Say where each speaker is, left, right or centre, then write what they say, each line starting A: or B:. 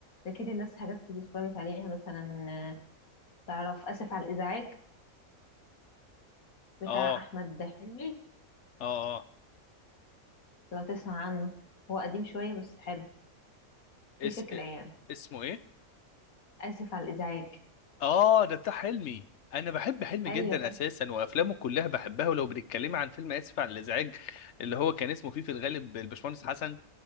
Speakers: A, on the left; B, on the left.
A: اكيد الناس حاجات كتير اتفرجت عليها مثلا آه، تعرف اسف على الازعاج بتاع
B: اه
A: احمد حلمي
B: اه اه
A: لو تسمع عنه هو قديم شويه بس حلو في
B: اس...
A: فكره يعني
B: اسمه ايه
A: اسف على الازعاج
B: اه ده بتاع حلمي انا بحب حلمي
A: ايوه
B: جدا اساسا وافلامه كلها بحبها ولو بنتكلم عن فيلم اسف على الازعاج اللي هو كان اسمه فيه في الغالب الباشمهندس حسن